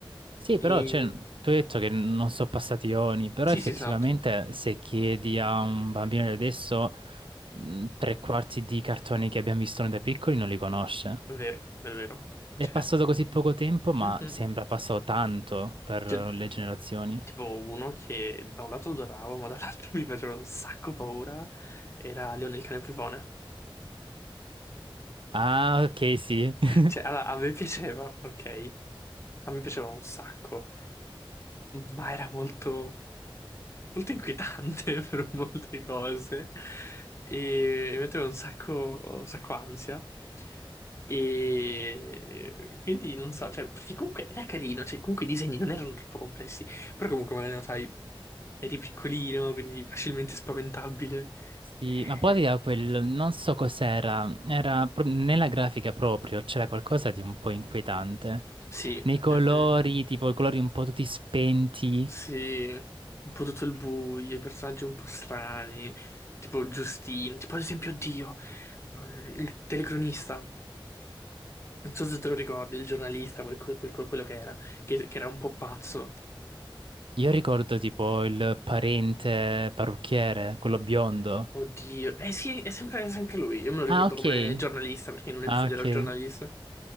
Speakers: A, on the right (about 70°); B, on the left (about 30°).
A: Sì,
B: E...
A: però cioè, tu hai detto che non sono passati ioni, però
B: Sì,
A: effettivamente
B: sì, esatto,
A: se chiedi a un bambino di adesso mh, tre quarti di cartoni che abbiamo visto noi da piccoli non li conosce.
B: è vero, è vero.
A: È
B: Cioè,
A: passato così poco tempo, ma
B: Mhm.
A: sembra passato tanto per le
B: Cioè,
A: generazioni.
B: tipo uno che da un lato adoravo, ma dall'altro <laughs> mi faceva un sacco paura, era Leone il cane fifone.
A: Ah, ok, sì. <laughs>
B: Cioè, allora, a me piaceva, ok? A me piaceva un sacco, ma era molto molto inquietante <laughs> per molte cose e mi metteva un sacco, un sacco ansia. E quindi non so, cioè, perché comunque era carino, cioè, comunque i disegni non erano troppo complessi, però comunque magari lo sai, eri piccolino, quindi facilmente spaventabile.
A: Sì,
B: E...
A: ma poi aveva quel, non so cos'era, era pro- nella grafica proprio, c'era qualcosa di un po' inquietante.
B: Sì,
A: Nei colori,
B: mhm,
A: tipo i colori un po' tutti spenti.
B: Sì, un po' tutto il buio, i personaggi un po' strani, tipo Giustino, tipo ad esempio Dio, ehm, il telecronista. Non so se te lo ricordi, il giornalista, quel- quel- quel- quello che era, che, che era un po' pazzo.
A: Io ricordo tipo il parente parrucchiere, quello biondo.
B: Oddio. Eh sì, è sempre, è sempre lui. Io me lo ricordo
A: Ah, ok.
B: come giornalista, perché in un episodio
A: Ah, ok.
B: era un giornalista.